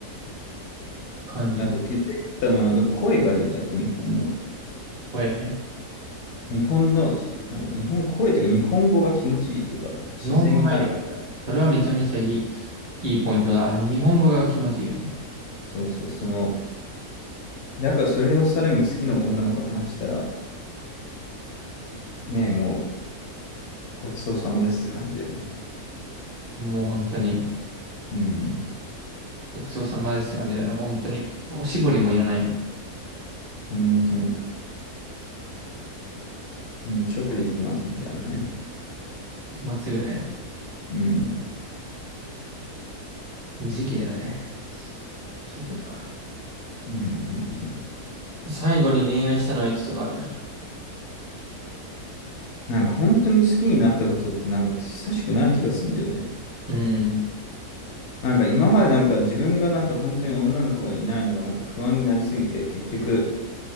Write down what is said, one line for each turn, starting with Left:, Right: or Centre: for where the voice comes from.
Right: 感じ。
Left: うん。あと、ケテッタのはなんか声がいいよね。やっぱ日本の。
Right: これね。
Left: 日本の、ちょなんか日本声というか日本語が気持ちいいというか、自然に入る。
Right: 日本語がいいよ。それはめちゃめちゃいい、いいポイントだ。日本語が気持ちいいよね。
Left: そうそう、その、だからそれをさらに好きな女の子と話したら、ねえ、もうごちそうさまですって感じだよね。
Right: もう本当に、
Left: うん。
Right: ごちそうさまですって感じだよね。もう本当に、おしぼりもいらないよね。
Left: 本当に。もう直で行きますみたいなね。
Right: まっすぐね。
Left: うん。
Right: 時期だよね。そうだわ。
Left: うんうんうん。
Right: 最後に恋愛したのはいつとかある
Left: なんか本当に好きになったことってなんか久しくない気がするんだよね。
Right: うん。
Left: なんか今までなんか自分がなんか本当に女の子がいないのがなんか不安になりすぎて、結局